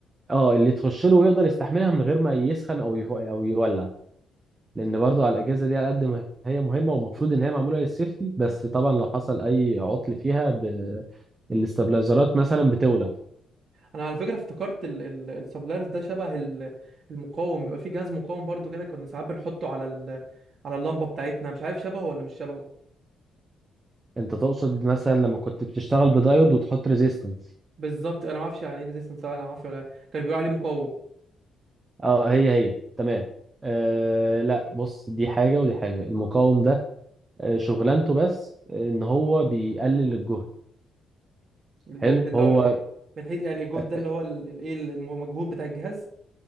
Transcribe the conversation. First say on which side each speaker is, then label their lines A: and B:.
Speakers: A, on the right; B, on the right.
A: اه اللي تخش له ويقدر يستحملها من غير ما يسخن او يف- او يولع لان برضو على الاجهزه دي على قد ما هي مهمه ومفروض ان هي معموله للسيفتي بس طبعا لو حصل اي عطل فيها ب... الاستابلايزرات مثلا بتولع
B: انا على فكره افتكرت ال- ال- السبلايرز ده شبه ال- المقاوم بيبقى فيه جهاز مقاوم برضو كده كنا ساعات بنحطه على ال... على اللمبه بتاعتنا مش عارف شبهه ولا مش شبهه
A: انت تقصد مثلا لما كنت بتشتغل بدايود وتحط ريزيستنس
B: بالظبط انا ما اعرفش يعني ايه ريزيستنس انا ما اعرفش ولا كان بيقول عليه مقاوم
A: اه هي هي تمام آه لا بص دي حاجه ودي حاجه المقاوم ده آه شغلانته بس ان هو بيقلل الجهد
B: الجهد
A: حلو
B: اللي
A: هو
B: هو من ايه من حيث يعني الجهد
A: آه
B: ده اللي هو ال- الايه المجهود بتاع الجهاز